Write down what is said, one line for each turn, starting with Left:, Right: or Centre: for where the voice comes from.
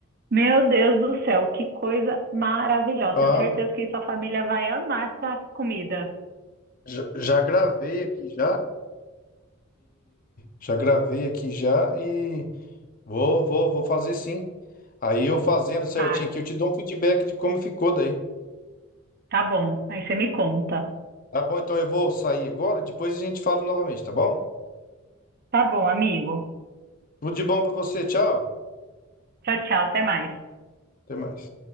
Right: Meu Deus do céu, que coisa maravilhosa.
Left: ah,
Right: Tenho certeza que sua família vai amar essa comida.
Left: já, já gravei aqui já. Já gravei aqui já e vou, vou, vou fazer sim. Aí eu fazendo certinho
Right: Faz.
Left: aqui, eu te dou um feedback de como ficou daí.
Right: Tá bom. Aí você me conta.
Left: Tá bom, então eu vou sair agora, depois a gente fala novamente, tá bom?
Right: Tá bom, amigo.
Left: Tudo de bom pra você, tchau.
Right: Tchau, tchau. Até mais.
Left: Até mais.